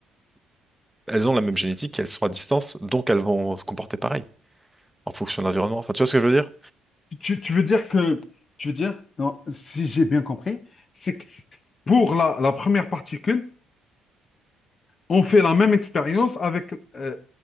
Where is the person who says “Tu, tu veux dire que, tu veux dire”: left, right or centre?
Left